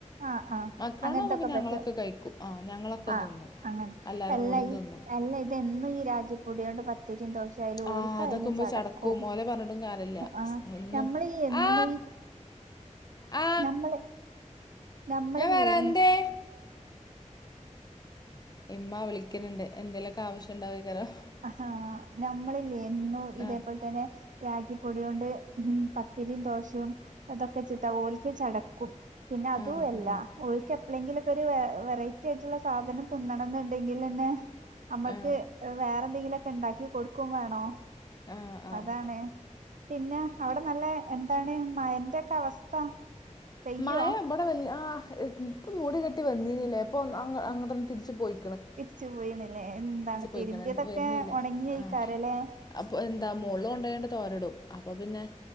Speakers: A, on the right; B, on the left.
A: ആഹ് ആഹ്
B: മക്രോണ
A: അങ്ങനത്തൊക്കെ
B: പിന്നെ
A: പറ്റും
B: ഞങ്ങളൊക്കെ കയിക്കും ആ ഞങ്ങളൊക്കെ
A: ആഹ്
B: തിന്നും
A: അങ്ങനെ
B: എല്ലാരും
A: അല്ല
B: കൂടി
A: ഈ
B: തിന്നും
A: അല്ല ഇതെന്നും ഈ രാഗിപ്പൊടിയോണ്ട് പത്തിരിയും ദോശേം യാലും
B: ആ
A: ഓൽക്കായാലും
B: അതൊക്കെകുമ്പോ
A: ചടക്കും
B: ഓലെ പറഞ്ഞിട്ടും കാര്യല്ല
A: ആ
B: എന്നും
A: നമ്മളീ എന്നും
B: ആ ആ
A: നമ്മള് നമ്മളില്ലേ
B: ഞാൻ വരാ എന്തേ ഇമ്മ വിളിക്കിണിണ്ട് എന്തേലൊക്കെ ആവശ്യുണ്ടാവിയ്ക്കാരം
A: ആ നമ്മളില്ലേ എന്നും ഇതേപോലെ
B: ആഹ്
A: തന്നെ രാഗി പൊടിയോണ്ട് ഉം പത്തിരിയും ദോശയും അതൊക്കെചിട്ട ഓൽക്ക് ചടക്കും പിന്നെ അതും
B: ആഹ്
A: അല്ല
B: ആഹ്
A: ഓൽക്ക് എപ്പളെങ്കിലും ഒരു വെറൈറ്റി ആയിട്ടുള്ള സാധനം തിന്നണന്നുണ്ടെങ്കിലന്നെ നമ്മൾക്ക്
B: ആഹ്
A: വേറെ എന്തെങ്കിലൊക്കെ ഉണ്ടാക്കി കൊടുക്കും വേണോം
B: ആഹ് ആഹ്
A: അതാണ് പിന്നെ അവിടെ നല്ല എന്താണ് മയന്റെ ഒക്കെ അവസ്ഥ പെയ്യോ
B: മയ ഇവിടെ വല്ലാ ആ ഇപ്പ മൂടി കെട്ടി വന്നീനല്ലേ ഇപ്പൊ അങ്ങടന്നേ തിരിച്ച് പോയി
A: തിരിച്ചുപോയിന്നല്ലേ എന്താണ്
B: പോയിക്കണ്
A: തിരുമ്പിയതൊക്കെ
B: വരുന്നില്ല
A: ഒണങ്ങായിക്കാരം
B: ആഹ്
A: ലേ
B: അപ്പൊ എന്താ മോളിൽ കൊണ്ടോയിണ്ട് തോരടും അപ്പൊ പിന്നെ